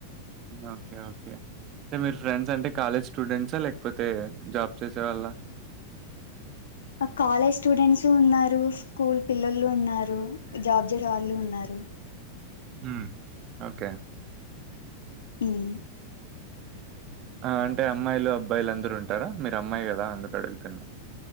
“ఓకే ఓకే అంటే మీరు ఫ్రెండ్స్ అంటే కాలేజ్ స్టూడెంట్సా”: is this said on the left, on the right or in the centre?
Right